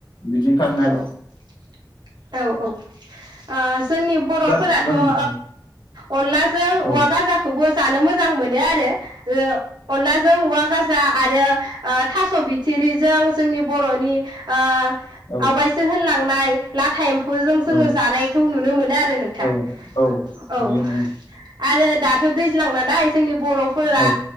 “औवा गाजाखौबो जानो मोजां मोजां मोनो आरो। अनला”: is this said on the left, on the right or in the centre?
Right